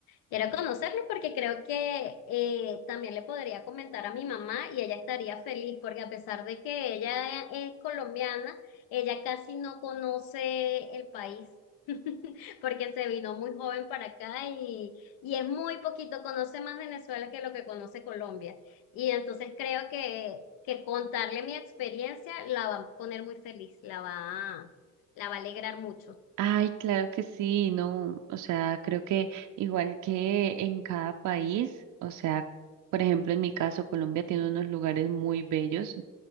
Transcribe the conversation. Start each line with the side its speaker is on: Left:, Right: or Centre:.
Left: Quiero conocerlo porque creo que eh, también le podría comentar a mi mamá y ella estaría feliz porque a pesar de que ella es colombiana, ella casi no conoce el país <laughs> porque se vino muy joven para acá y, y es muy poquito, conoce más Venezuela que lo que conoce Colombia. Y entonces creo que, que contarle mi experiencia la va a poner muy feliz, la va, la va a alegrar mucho.
Right: Ay, claro que sí, no, o sea, creo que igual que en cada país, o sea, por ejemplo, en mi caso, Colombia tiene unos lugares muy bellos